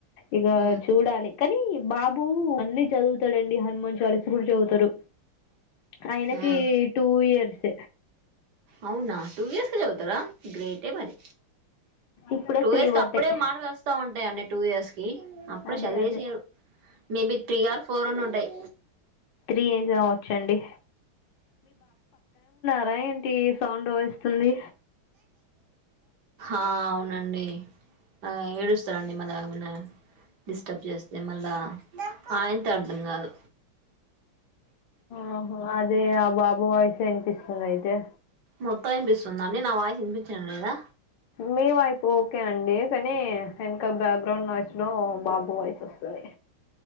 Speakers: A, on the left; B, on the right.
A: ఇక
B: హ్మ్
A: చూడాలి కానీ బాబు అన్ని చదువుతాదండి హనుమన్ చాలీసా కూడా చదువుతాడు ఆయనకి
B: హ్మ్
A: టూ ఇయర్స్
B: అవునా టూ ఇయర్స్ కే చదువుతాడా గ్రేటే మరి
A: ఇప్పుడే
B: టూ
A: త్రీ
B: ఇయర్స్ కి
A: బడ్డాయి
B: అప్పుడే మాటలు వస్తా ఉంటాయి అండి టూ ఇయర్స్ కి అప్పుడే
A: అదే
B: చదివేసారు
A: అదే
B: మేబి త్రీ ఆర్ ఫోర్ అయినా ఉంటాయి
A: త్రీ కావచ్చండి రావేంటి సౌండ్ వస్తుంది
B: ఆ అవునండి ఆ ఏడుస్తారండి మళ్ళా ఏమనా డిస్టర్బ్ చేస్తే మళ్ళా ఆయనకే అర్థం కాదు
A: ఆహో అదే బాబు వాయిస్ వినిపిస్తుంది అయితే
B: మొత్తం వినిపిస్తుందా అండి నా వాయిస్ వినిపించడం లేదా
A: మీ వాయిస్ ఓకే అండి కానీ వెనక బ్యాగ్ గ్రౌండ్ లో బాబు వాయిస్ వస్తది